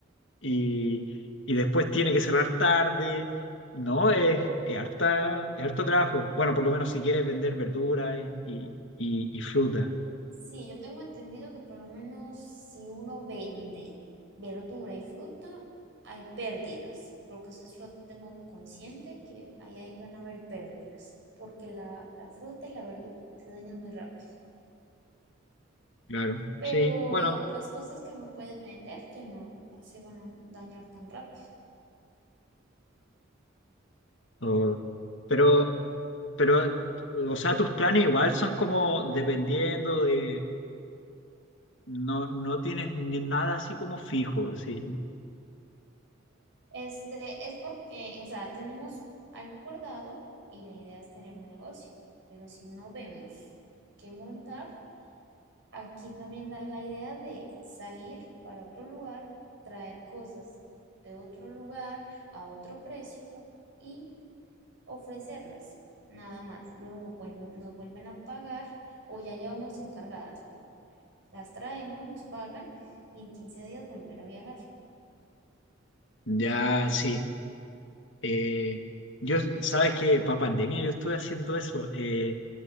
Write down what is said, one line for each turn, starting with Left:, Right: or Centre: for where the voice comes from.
Left: Y, y después tiene que cerrar tarde. No, es, es harta, es harto trabajo. Bueno, por lo menos si quieres vender verdura y, y, y- y fruta,
Right: Sí, yo tengo entendido que por lo menos si uno vende verdura y fruta, hay pérdidas, porque eso sí lo tengo consciente que ahí, ahí van a haber pérdidas, porque la, la fruta y la verdura se dañan muy rápido.
Left: claro.
Right: pero
Left: Sí, bueno,
Right: hay otras cosas que uno puede vender que no, no se van a dañar tan rápido.
Left: O- pero, pero, o sea, tus planes igual son como dependiendo de, no, no tienes ni nada así como fijo, sí.
Right: Este es porque, o sea, tenemos algo guardado y la idea es tener un negocio, pero si no vemos qué montar, aquí también da la idea de salir para otro lugar, traer cosas de otro lugar a otro precio y ofrecerlas, nada más. Luego vuelven- nos vuelven a pagar o ya llevamos encargadas, ponga. Las traemos, nos pagan y en 15 días volver a viajar.
Left: Ya, sí. Eh, yo, sabes que para pandemia yo estuve haciendo eso. eh,